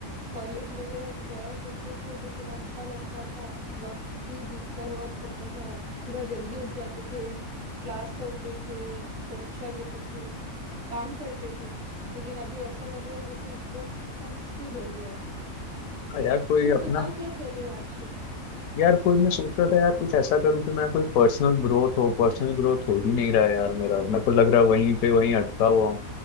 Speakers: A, on the right; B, on the left.
A: कॉलेज वगैरह जाया करते थे तो थोड़ा अच्छा लगता था वक्त भी बीतता हुआ करता था सुबह जल्दी उठ जाते थे क्लास करते थे परीक्षा देते थे काम करते थे लेकिन अभी ऐसा लग रहा है जैसे एकदम सा स्थिर हो गया है
B: हाँ यार कोई
A: तुम
B: अपना
A: बताओ क्या कर रहे हो आजकल
B: यार कोई मैं सोच रहा था यार कुछ ऐसा करूँ कि मैं कोई पर्सनल ग्रोथ हो पर्सनल ग्रोथ हो ही नहीं रहा है यार मेरा मेरे को लग रहा है वहीं पे वहीं अटका हुआ हूँ